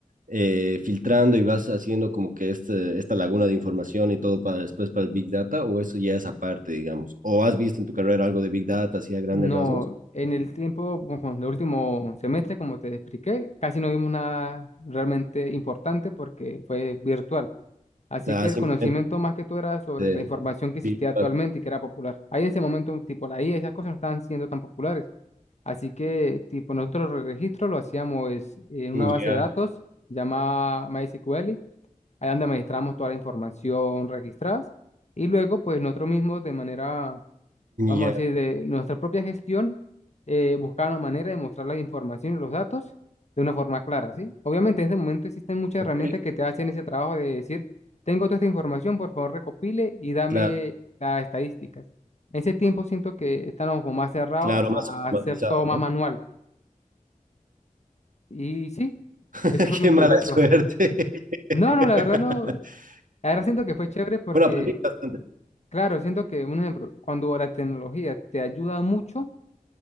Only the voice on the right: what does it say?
eh, filtrando y vas haciendo como que este, esta laguna de información y todo para después para el Big Data, o eso ya es aparte, digamos? ¿O has visto en tu carrera algo de Big Data, así a grandes
rasgos?
Ah,
simplemente
eh,
virtual.
Ya,
ya,
ok,
claro,
claro,
más automatizado,
¿no?
<laughs>
Qué
mala suerte.
<laughs>
Bueno, aprendí bastante.